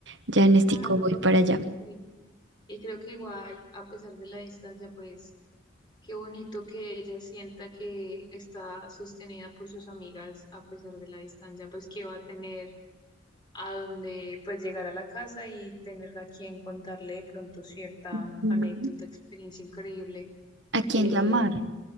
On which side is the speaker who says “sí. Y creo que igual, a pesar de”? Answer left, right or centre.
Left